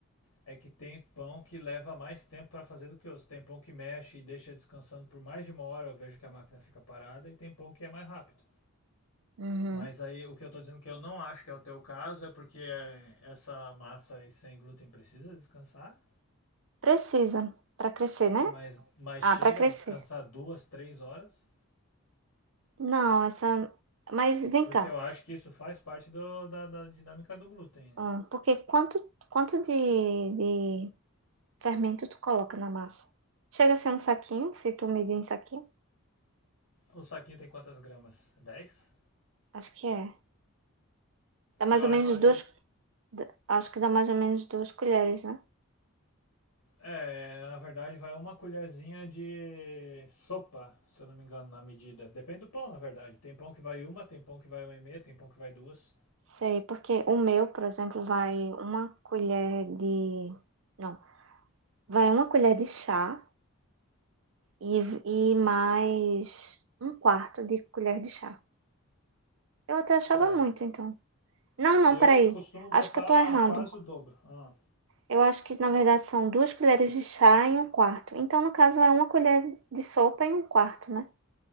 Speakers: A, on the left (about 75°); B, on the right (about 60°).
A: é que tem pão que leva mais tempo para fazer do que outros. Tem pão que mexe e deixa descansando por mais de uma hora, eu vejo que a máquina fica parada, e tem pão que é mais rápido.
B: Uhum.
A: Mas aí o que eu estou dizendo que eu não acho que é o teu caso é porque essa massa aí sem glúten precisa descansar
B: Precisa para crescer,
A: Sim,
B: né?
A: mas, mas
B: Ah,
A: chega
B: para crescer.
A: a descansar duas, três horas,
B: Não, essa. Mas vem
A: porque
B: cá.
A: eu acho que isso faz parte do- da, da dinâmica do glúten.
B: ah, Porque quanto, quanto de, de fermento tu coloca na massa? Chega a ser um saquinho, se tu medir em saquinho?
A: O saquinho tem quantas gramas? dez
B: Acho que é. Dá
A: Eu
B: mais
A: acho
B: ou menos
A: que,
B: duas. d- Acho que dá mais ou menos duas colheres, né?
A: é, na verdade, vai uma colherzinha de sopa, se eu não me engano, na medida. Depende do pão, na verdade. Tem pão que vai uma, tem pão que vai uma e meia, tem pão que vai duas.
B: Sei, porque o meu, por exemplo, vai uma colher de. Não, vai uma colher de chá e, e mais um quarto de colher de chá. Eu até achava
A: É,
B: muito, então. Não, não,
A: eu
B: peraí.
A: costumo botar
B: Acho que eu tô errando.
A: quase o dobro. Ah,
B: Eu acho que, na verdade, são duas colheres de chá em um quarto. Então, no caso, é uma colher de sopa em um quarto, né?